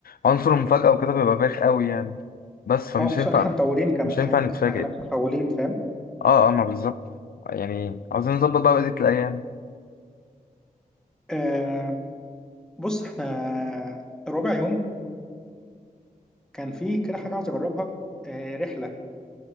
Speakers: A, on the left; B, in the centre.
A: عنصر المفاجاه وكده بيبقى بايخ قوي يعني بس فمش
B: اه خصوصا
A: ينفع
B: ان احنا مطولين كمان
A: مش ينفع
B: هناك
A: نتفاجئ
B: احنا هناك مطولين فاهم
A: اه اه ما بالظبط يعني عاوزين نظبط بقى بقيه الايام
B: آه بص احنا رابع يوم كان في كده حاجة عايز اجربها آه رحلة